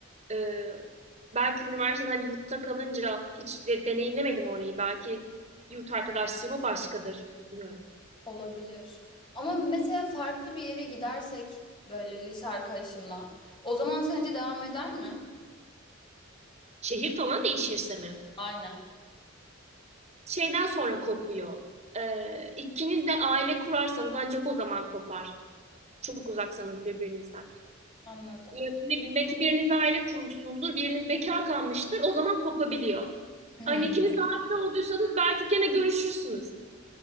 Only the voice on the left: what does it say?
Olabilir. Ama mesela farklı bir yere gidersek böyle lise arkadaşımla o zaman sence devam eder mi?
Aynen.
Anladım.
<clears throat>